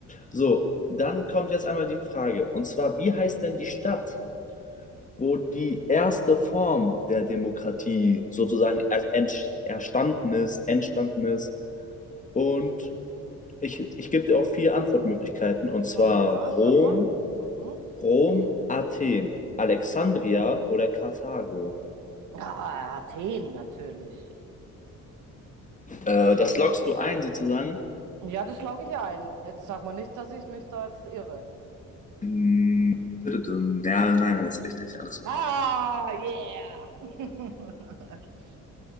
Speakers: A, on the left; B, on the right.
A: So, dann kommt jetzt einmal die Frage. Und zwar, wie heißt denn die Stadt, wo die erste Form der Demokratie sozusagen er, entsch- ist, entstanden ist? Und ich, ich gebe dir auch vier Antwortmöglichkeiten, und zwar
B: Oh Ja,
A: Rom,
B: sag mal. Mhm.
A: Rom, Athen, Alexandria oder Karthago.
B: Ja, Athen natürlich.
A: Äh, das lockst du ein sozusagen.
B: Ja, das logge ich ja ein. Jetzt sag mal nicht, dass ich mich da jetzt irre.
A: Mm, tüdüdüm. Ja, nein, das ist richtig, alles super.
B: Ah, yeah! <laughs>